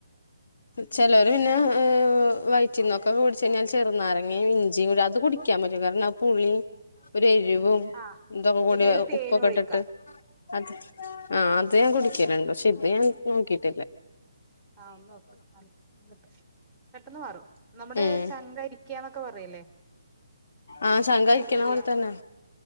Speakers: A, on the left; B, in the centre.
A: ചെലോര്‌ പിന്നെ ഏഹ് വ് വൈറ്റിന്നൊകൊക്കെ പിടിച്ചു കയിഞ്ഞാല് ചെറുനാരങ്ങിം ഇഞ്ചിയും കൂടി അത് കുടിക്കാൻ പറ്റും. കാരണ പുളും ഒരു എരിവും
B: ആഹ്
A: ഇതൊക്കെ കൂടി
B: പിന്നെ അതിൽ തേനും
A: ഉപ്പൊക്കെട്ടിട്ട്
B: ഒഴിക്കാം
A: അത് ആ അത് ഞാൻ കുടിക്കലുണ്ട്. പശെ ഇത് ഞാൻ നോക്കിട്ടില്ലാ
B: ആഹ് ഒന്ന് നോക്ക് <unintelligible> പെട്ടെന്ന് മാറും. നമ്മടെ
A: ഉം
B: ചങ്കരി ക്കന്നൊക്കെ പറയില്ലേ
A: ആഹ് ചങ്കരിക്കണ
B: ചൊറിയ
A: പോലെ തന്നെ.